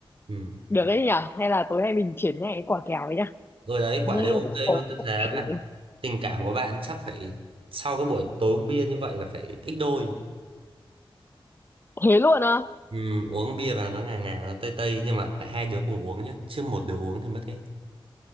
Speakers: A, on the right (about 75°); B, on the left (about 25°).
A: ừ.
B: được đấy nhở hay là tối nay mình triển khai cái quả kèo ấy nhá
A: rồi đấy quả
B: nghe
A: đều ok
B: cũng có
A: luôn tôi thề bạn
B: vẻ
A: tình cảm của bạn chắc phải sau cái buổi tối uống bia như vậy là phải ít đôi
B: thế luôn á
A: ừ, uống bia vào nó ngà ngà nó tây tây nhưng mà phải hai đứa cùng uống nhé chứ một đứa uống thì mất hết